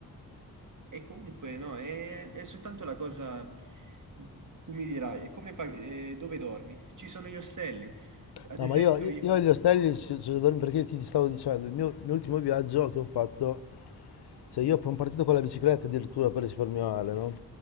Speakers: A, on the right; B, on the left.
A: E comunque, no, è, è soltanto la cosa, tu mi dirai, e come pag- e dove dormi? Ci sono gli ostelli. Ad
B: No,
A: esempio
B: ma io, io-
A: io...
B: io agli ostelli ci, ci dormo perché ti, ti stavo dicendo, il mio, il mio ultimo viaggio che ho fatto, cioè io sono partito con la bicicletta addirittura per risparmiare, no? Il